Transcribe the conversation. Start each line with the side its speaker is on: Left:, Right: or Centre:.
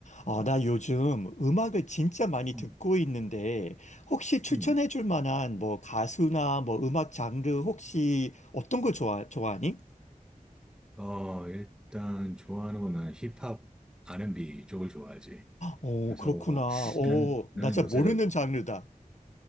Left: 아, 나 요즘 음악을 진짜 많이
Centre: 음,
Left: 듣고 있는데, 혹시 추천해
Centre: 음.
Left: 줄 만한 뭐 가수나 뭐 음악 장르 혹시 어떤 거 좋아, 좋아하니?
Centre: 어, 일단 좋아하는 거는 힙합, R&B 쪽을 좋아하지.
Left: 어,
Centre: 그래서
Left: 그렇구나. 어,
Centre: 난, 나는
Left: 나 잘
Centre: 요새
Left: 모르는 장르다.